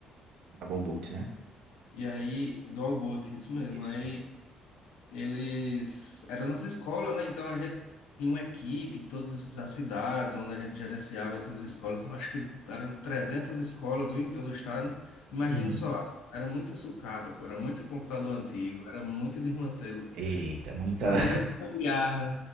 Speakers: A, on the right; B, on the left.
A: Double boot, né?
B: E aí, do Albot, isso mesmo.
A: Isso,
B: Aí
A: isso.
B: eles. Era a nossa escola, né? Então a gente tinha uma equipe, todas as cidades onde a gente gerenciava essas escolas. Eu Acho que eram 300 escolas, viu, em todo o estado. Imagina
A: Uhum.
B: só, era muita sucata, pô, era muito computador antigo, era muito desmantelo.
A: Eita, muita
B: Fazer muita gambiarra.